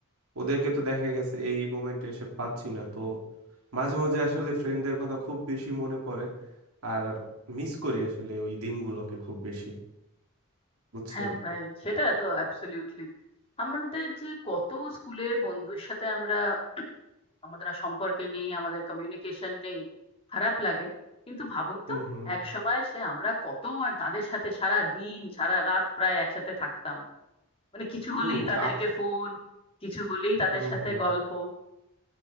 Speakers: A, on the right; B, on the left.
A: ওদেরকে তো দেখা গেছে এই মোমেন্টে এসে পাচ্ছি না তো মাঝে মাঝে আসলে ফ্রেন্ডদের কথা খুব বেশি মনে পড়ে আর মিস করি আসলে ওই দিনগুলোকে খুব বেশি বুঝছেন
B: হ্যাঁ ভাই সেটা তো অ্যাবসলিউটলি আমাদের যে কত স্কুলের বন্ধুর সাথে আমরা আমাদের আর সম্পর্কে নেই আমাদের কমিউনিকেশন নেই খারাপ লাগে কিন্তু ভাবুন
A: হুম
B: তো
A: হুম
B: এক সময় সে আমরা কত আর তাদের সাথে সারা দিন সারা রাত প্রায় একসাথে থাকতাম মানে কিছু হলেই
A: হুম
B: তাদেরকে
A: আ
B: ফোন কিছু হলেই তাদের
A: হুম
B: সাথে
A: হুম
B: গল্প